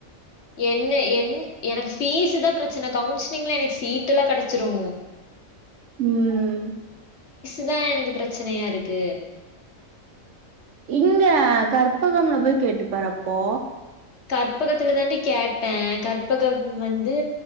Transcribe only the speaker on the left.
என்ன என் எனக்கு ஃபீஸு தான் பிரச்சன கவுன்சிலிங்லா எனக்கு சீட் எல்லா கெடச்சிரூ
இதா எனக்கு பிரச்சனையாருக்கு
கற்பகத்துல தாண்டி கேட்ட கற்பகம் வந்து